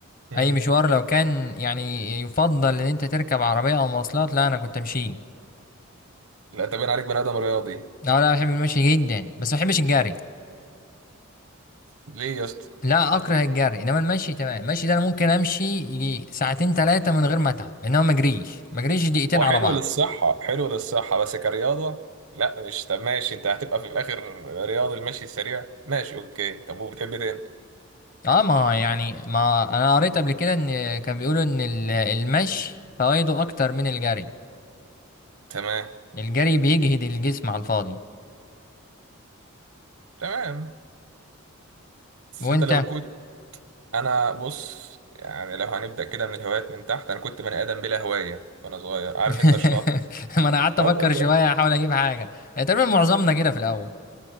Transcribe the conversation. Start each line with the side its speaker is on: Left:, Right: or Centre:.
Right: امم
Left: اي مشوار لو كان يعني يفضل ان انت تركب عربية او مواصلات لا انا كنت امشي
Right: لا تبين عليك بني ادم رياضي
Left: لا لا بحب المشي جدا بس ما بحبش الجري
Right: ليه يا اسطى
Left: لا اكره الجري انما المشي تمام المشي ده انا ممكن امشي يجي ساعتين ثلاثة من غير ما اتعب انما ما اجريش ما اجريش دقيقتين
Right: هو
Left: على
Right: حلو
Left: بعض
Right: للصحة حلو للصحة بس كرياضة لا مش طب ماشي انت هتبقى في الاخر رياضي المشي السريع ماشي اوكي طب وبتحب إيه تاني
Left: اه ما يعني ما انا قريت قبل كده ان كان بيقولوا ان ال- المشي فوائده اكتر من الجري
Right: تمام
Left: الجري بيجهد الجسم على الفاضي
Right: تمام بس
Left: وانت
Right: انت لو كنت انا بص يعني لو هنبدأ كده من الهوايات من تحت انا كنت بني ادم بلا هواية وانا صغير عارف
Left: <laughs>
Right: انت الشخص
Left: ما انا قعدت
Right: اه
Left: افكر
Right: والله بجد
Left: شويه احاول اجيب حاجه تقريبا معظمنا كده في الاول